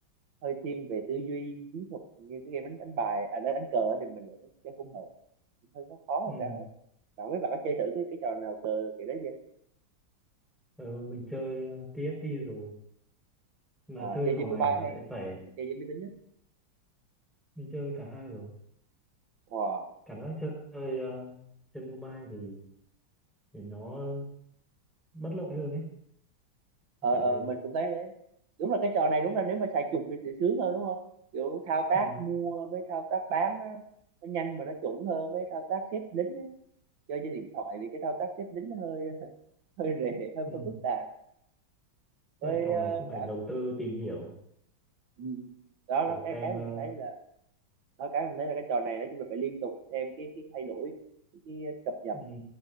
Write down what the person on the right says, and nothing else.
hơi thiên về tư duy chiến thuật như cái game đánh đánh bài à đánh, đánh cờ ấy thì mình lại thấy thấy không hợp hơi khó khó rồi
sao á. bạn biết bạn có chơi thử cái cái trò nào cờ kiểu đấy chưa
à,
chơi
trên
mobile
hay
chơi trên máy tính á
wow
ờ
ờ
mình cũng thấy đấy đúng là cái trò này đúng là nếu mà xài chuột thì sẽ sướng hơn đúng không kiểu thao tác
mua với thao tác bán nó, nó nhanh mà nó chuẩn hơn với thao tác xếp lính á. chơi trên điện thoại thì cái thao tác xếp lính nó hơi <laughs> hơi rề hơi
phức tạp
với
ờ,
cả
ừ, đó,
đó cái
cái mà
mình thấy là đó, cái mình thấy là cái trò này nói chung là phải liên tục xem cái cái thay đổi cái, cái cập nhật